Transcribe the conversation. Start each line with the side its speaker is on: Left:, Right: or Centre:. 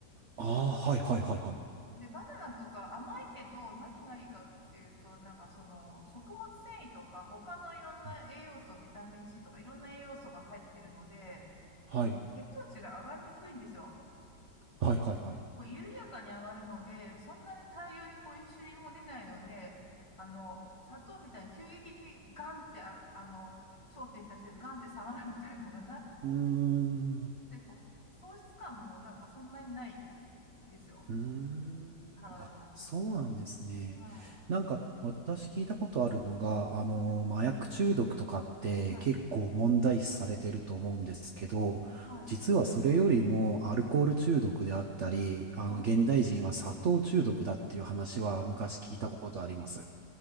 Right: ああ、はい、はい、はい、はい。
Left: で、バナナとか甘いけど何がいいかっていうと、なんかその食物繊維とか他のいろんな栄養素、
Right: うん
Left: ビタミン C とかいろんな栄養素が入ってるので、
Right: はい、
Left: あの血糖値が上がりにくいんですよ。
Right: はい、はい、はい。
Left: こう緩やかに上がるので、そんなに大量にこうインシュリンも出ないので、あの、砂糖みたいに急激にガンって、あ、あの、焦点に対してガンって下がるみたいのがなく
Right: うーん。
Left: て、こう、喪失感もなんかそんなにないんですよ。
Right: うーん。
Left: 体の。
Right: あ、そうなんですね。
Left: は
Right: なんか、私聞いたことあるのが、あの、
Left: い。はい。
Right: 麻薬中毒とかって結構問題視されてると思うんですけど、
Left: はい。はい。
Right: 実はそれよりもアルコール中毒であったり、
Left: うん
Right: あの、
Left: はい。
Right: 現代人は砂糖中毒だっていう話は昔聞いたことあります。
Left: あ、